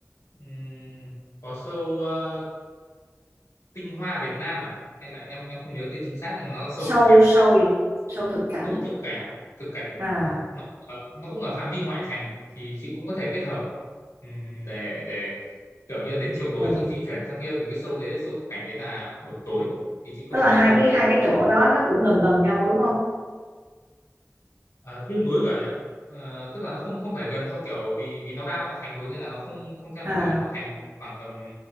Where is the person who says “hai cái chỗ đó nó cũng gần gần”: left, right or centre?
Right